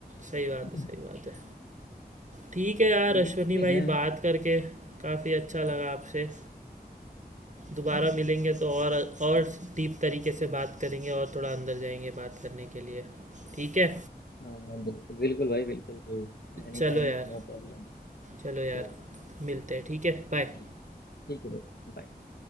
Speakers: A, on the right; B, on the left.
A: सही बात है
B: हम्म,
A: सही बात है ठीक है
B: तो
A: यार
B: ये
A: अश्वनी
B: चीजें
A: भाई
B: हैं
A: बात करके काफ़ी अच्छा लगा आपसे दोबारा मिलेंगे तो और और डीप तरीके से बात करेंगे और थोड़ा अंदर जाएंगे बात करने के लिए ठीक है
B: हाँ बिल्कुल बिल्कुल भाई बिल्कुल एनी
A: चलो
B: टाइम
A: यार
B: नो प्रॉब्लम
A: चलो यार
B: चलो
A: मिलते हैं ठीक है बाय
B: ठीक ठीक है भाई bye।